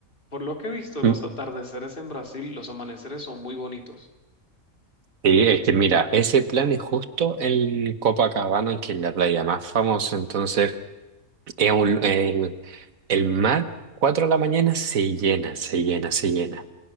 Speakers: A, on the left (about 40°); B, on the right (about 75°).
A: por lo que he visto, los
B: mm,
A: atardeceres en Brasil, los amaneceres son muy bonitos.
B: sí, es que mira, ese plan es justo en Copacabana, que es la playa más famosa, entonces es un- el, el mar, 4 de la mañana, se llena, se llena, se llena.